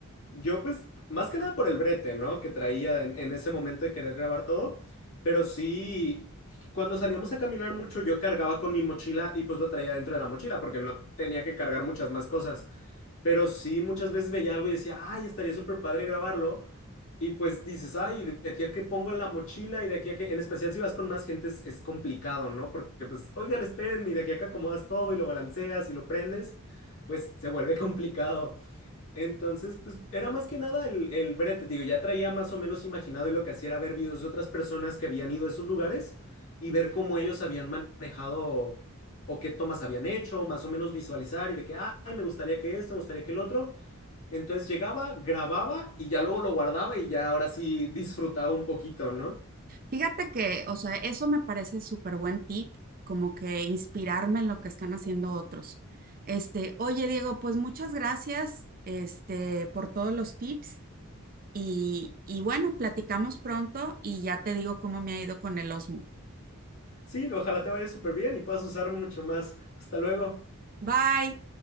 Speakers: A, on the left; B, on the right.
A: yo pues, más que nada por el brete, ¿no? Que traía en, en ese momento de querer grabar todo, pero sí, cuando salíamos a caminar mucho, yo cargaba con mi mochila y pues lo traía dentro de la mochila porque no tenía que cargar muchas más cosas. Pero sí, muchas veces veía algo y decía, ay, estaría súper padre grabarlo. Y pues dices, ay, de aquí a que pongo en la mochila y de aquí a que, en especial si vas con más gente es, es complicado, ¿no? Porque pues, oigan, espérenme, y de aquí a que acomodas todo y lo balanceas y lo prendes, pues se vuelve <laughs> complicado. Entonces, pues era más que nada el, el brete, digo, ya traía más o menos imaginado y lo que hacía era ver videos de otras personas que habían ido a esos lugares y ver cómo ellos habían manejado o qué tomas habían hecho, más o menos visualizar y de que, ay, me gustaría que esto, me gustaría que el otro. Entonces llegaba, grababa y ya luego lo guardaba y ya ahora sí disfrutaba un poquito, ¿no?
B: Fíjate que, o sea, eso me parece súper buen tip, como que inspirarme en lo que están haciendo otros. Este, oye, Diego, pues muchas gracias, este, por todos los tips y, y bueno, platicamos pronto y ya te digo cómo me ha ido con el Osmo.
A: Sí, ojalá te vaya súper bien y puedas usarlo mucho más. Hasta luego.
B: Bye.